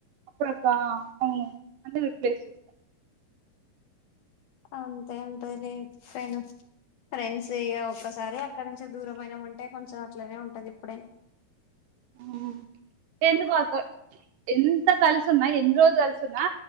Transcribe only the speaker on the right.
అప్పుడప్పుడ ఆ అవును అంద ప్లేసెస్
ఉ ఎందుకు అక్కోయ్ ఎంత కలిసుఉన్నా ఎన్నిరోజు కలిసున్నా